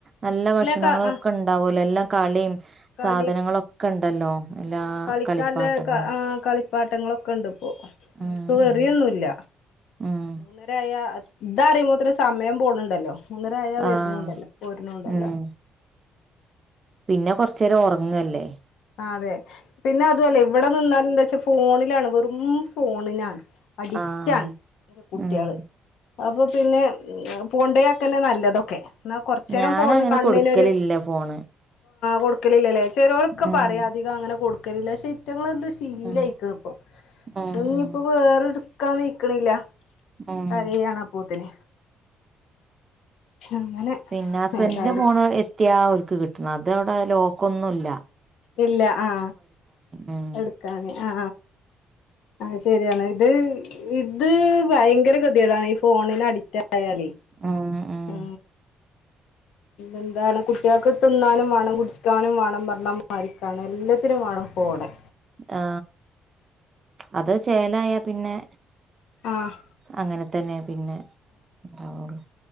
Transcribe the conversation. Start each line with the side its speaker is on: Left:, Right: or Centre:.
Right: നല്ല ഭക്ഷണങ്ങള
Left: ക ആ
Right: ഒക്കെ ഉണ്ടാവലോ എല്ലാം കളി
Left: കളി
Right: സാധനങ്ങളൊക്കെ ഉണ്ടല്ലോ എല്ലാ
Left: ആ കളിക്കാല്
Right: കളിപ്പാട്ടങ്ങളും
Left: ആ കള പാട്ടങ്ങളൊക്കെ ഉണ്ട് ഇപ്പോറിയൊന്നുംല്ല
Right: ഉം ഉം ഉം
Left: മൂന്നര ഇതാറുമ്പോൾ ഒത്ര സമയം പോണണ്ടല്ലോ മൂന്നരായ വരുന്നണ്ടല്ലോ
Right: ആഹ്
Left: പോുന്നണ്ടല്ലോ
Right: ഉം പിന്നെ കൊറച്ച നേേരം ഉറങ്ങല്ലേ
Left: അതെ പിന്നെ അതല്ലേ ഇവിടെ നിന്നാല എന്താ വെച്ചാ ഫോണിലാണ് വെറും ഫോൺ അഡിക്റ്റാണ്
Right: ആഹ്
Left: എറെ കുട്ടികള്
Right: ഉം
Left: അപ്പൊ പിന്നെ പോണ്ടയാക്കെന്നെ നല്ലതൊക്കെ എന്നാ കുറച്ച നേരം
Right: ഞാനങ്ങനെ
Left: ഫോണ് കണ്ണിന്ൊരു
Right: കൊടുക്കലില്ല ഫോണ്
Left: കൊടുക്കലില്ലല്ലേ ചെറ ഒക്കെ
Right: ഉം
Left: പറയാം അധികം അങ്ങനെ കൊടുക്കില്ല പക്ഷെ കുറ്റങ്ങളുണ്ട് ശീലംയിക്കണ
Right: ഉം
Left: ഇപ്പൊ
Right: ഉം
Left: ഇനിയിപ്പോൊ
Right: ഉം
Left: വേറെ എടുക്കാൻ വഴക്കണില്ല
Right: ഉം
Left: കരാണ്ാ പോൂത്തി അങ്ങനെ
Right: പിന്നെ ഹസ്ബൻഡിന്റെ
Left: ഏതായാലും
Right: ഫോൺ എത്തിയാ ഒരുക്ക് കിട്ടണ അത് അവിടെ ലോക്ക്ൊന്നുമല്ല
Left: ഇല്ല ആ
Right: ഉം
Left: എടുക്കാനേ ആ ആ ശരിയാണ് ഇത് ഇത് ഭയങ്കര ഗതിയടാണ് ഈ ഫോണിൽ അഡിക്റ്റ് ി
Right: ഉം ഉം
Left: ഉ എന്താണ് കുട്ടികൾക്ക് തിന്നാനും വേണം കുടിക്കാനും വേണം പറഞ്ഞണം മാരിക്കാനും എല്ലാത്തിനും വേണം പോടെ
Right: ആ അത് ചേലായ പിന്നെ
Left: ആഹ്
Right: അങ്ങനെ തന്നെ പിന്നെ ഉണ്ടാവുള്ളു